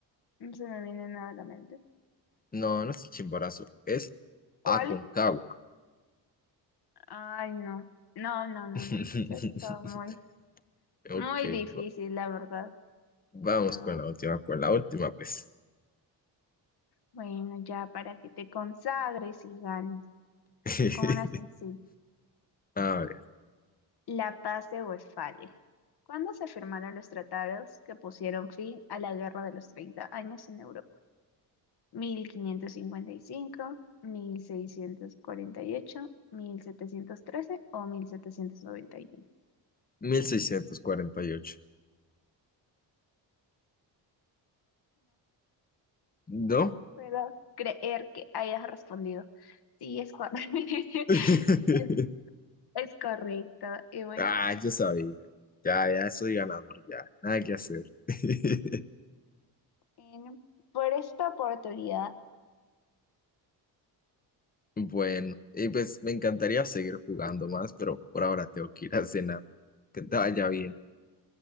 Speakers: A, on the left (about 55°); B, on the left (about 20°).
A: No se me viene nada a la mente.
B: No, no es Chimborazo, es
A: ¿Cuál?
B: Aconcagua.
A: Ay, no. No, no, no,
B: <laughs>
A: no. Eso está muy,
B: Ok,
A: muy difícil,
B: va-
A: la verdad.
B: vamos
A: No.
B: con la última, con la última, pues.
A: Bueno, ya para que te consagres y ganes.
B: <laughs>
A: Con una sencilla.
B: A
A: La paz de Westfalia. ¿Cuándo se firmaron los tratados que pusieron fin a la Guerra de los treinta años en Europa? 1555, 1648, 1713 o 1791.
B: mil seiscientos cuarenta y ocho ¿No?
A: Puedo creer que hayas respondido. Sí, es, cor- <laughs>
B: <laughs>
A: es, es correcto. Y bueno,
B: Ah,
A: ya.
B: yo sabía. Ya, ya soy ganador, ya. Nada que hacer. <laughs>
A: en por esta oportunidad,
B: Bueno, y pues me encantaría seguir jugando más, pero por ahora tengo que ir a cenar. Que te vaya bien.